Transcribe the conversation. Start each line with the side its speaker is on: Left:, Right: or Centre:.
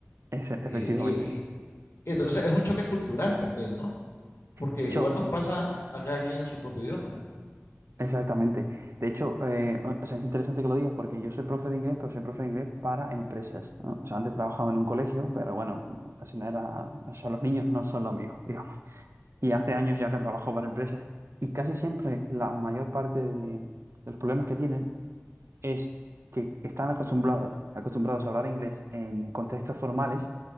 Right: Ese,
Left: Eh,
Right: efectivamente.
Left: y, y entonces es un choque cultural también, ¿no? Porque
Right: De hecho,
Left: igual nos pasa a cada quien en su propio idioma.
Right: exactamente. De hecho, eh, o o sea, es interesante que lo digas porque yo soy profe de inglés, pero soy profe de inglés para empresas, ¿no? O sea, antes trabajaba en un colegio, pero bueno, así no era, o sea, los niños no son lo mío, digamos. Y hace años ya que trabajo para empresas y casi siempre la mayor parte de, de los problemas que tienen es que están acostumbrados, acostumbrados a hablar inglés en contextos formales